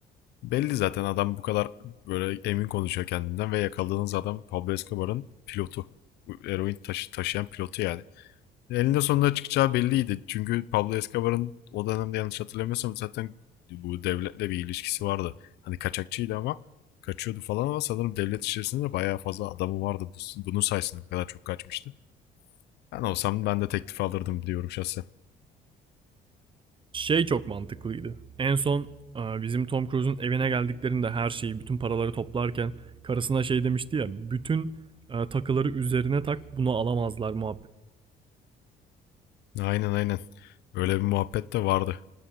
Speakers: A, on the left; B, on the right.
A: Belli zaten adam bu kadar böyle emin konuşuyor kendinden ve yakaladığınız adam Pablo Escobar'ın pilotu. Eroin taşı, taşıyan pilotu yani. Elinde sonunda çıkacağı belliydi. Çünkü Pablo Escobar'ın o dönemde yanlış hatırlamıyorsam zaten bu devletle bir ilişkisi vardı. Hani kaçakçıydı ama kaçıyordu falan ama sanırım devlet içerisinde de bayağı fazla adamı vardı. Bu- Bunun sayesinde bu kadar çok kaçmıştı. Ben olsam ben de teklifi alırdım diyorum şahsen.
B: Şey çok mantıklıydı. En son e, bizim Tom Cruise'un evine geldiklerinde her şeyi, bütün paraları toplarken karısına şey demişti ya, bütün e, takıları üzerine tak, bunu alamazlar muhabbet.
A: Aynen aynen. Öyle bir muhabbet de vardı.